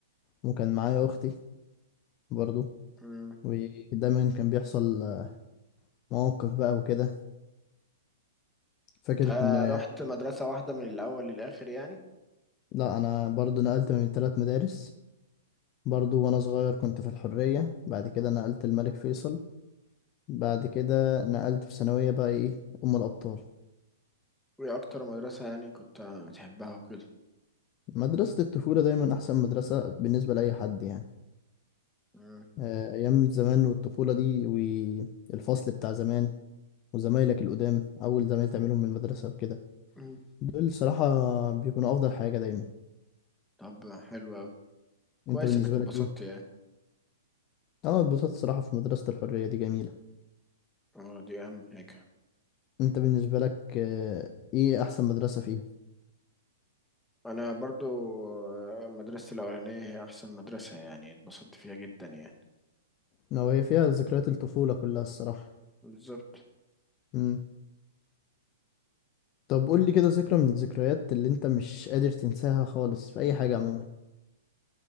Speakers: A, on the left; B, in the centre.
A: وكان معايا اختي برضو
B: م.
A: ودايما كان بيحصل آه، مواقف بقى وكده فاكر
B: انت
A: كنا
B: رحت مدرسه واحده من الاول للاخر يعني
A: لا انا برضو نقلت من ثلاث مدارس برضو وانا صغير كنت في الحرية بعد كده نقلت الملك فيصل بعد كده نقلت في ثانوية بقى ايه ام الابطال
B: وإيه أكتر مدرسة يعني كنت بتحبها وكده
A: مدرسة الطفولة دايما احسن مدرسة بالنسبة لاي حد يعني
B: مم.
A: آه، أيام زمان والطفولة دي والفصل بتاع زمان وزمايلك القدام أول زمايل تعملهم من المدرسة وكده
B: مم.
A: دول صراحة بيكونوا أفضل حاجة دايما
B: طب حلو أوي كويس
A: أنت بالنسبة
B: إنك اتبسطت
A: لك إيه؟
B: يعني
A: أه اتبسطت صراحة في مدرسة الحرية دي جميلة
B: أه دي أهم حاجة
A: أنت بالنسبة لك آه، إيه أحسن مدرسة فيهم؟
B: أنا برضو آه، مدرستي الأولانية هي أحسن مدرسة يعني اتبسطت فيها جدا يعني
A: لو هي فيها ذكريات الطفولة كلها الصراحة
B: بالظبط
A: مم. طب قول لي كده ذكرى من الذكريات اللي أنت مش قادر تنساها خالص في أي حاجة عموما